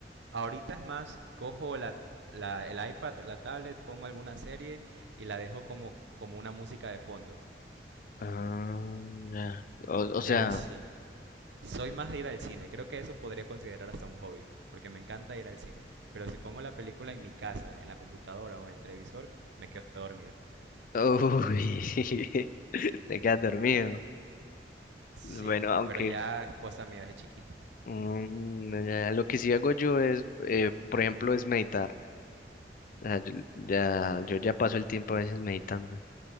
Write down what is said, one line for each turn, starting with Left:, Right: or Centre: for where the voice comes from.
Right: Ahorita es más, cojo la, la- el iPad, la tablet, pongo alguna serie y la dejo como, como una música de fondo.
Left: ah, ya. O, o sea,
Right: Pero sí, soy más de ir al cine. Creo que eso podría considerar hasta un hobby, porque me encanta ir al cine. Pero si pongo la película en mi casa, en la computadora o en el televisor, me quedo dormido.
Left: uy, <laughs> te quedas dormido.
Right: Sí,
Left: Bueno, aunque
Right: pero ya es cosa mía de chiquito.
Left: mm, ya, lo que sí hago yo es, eh, por ejemplo, es meditar. O sea, yo, ya, yo ya paso el tiempo a veces meditando.